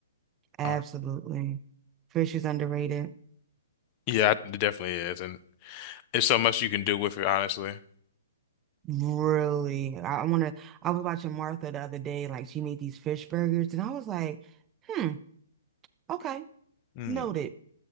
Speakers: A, on the right; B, on the left.
A: absolutely.
B: Um,
A: Fish is underrated.
B: yeah, it definitely is, and there's so much you can do with it, honestly.
A: Really, I want to. I was watching Martha the other day, like she made these fish burgers, and I was like, hmm, okay,
B: Mm.
A: noted,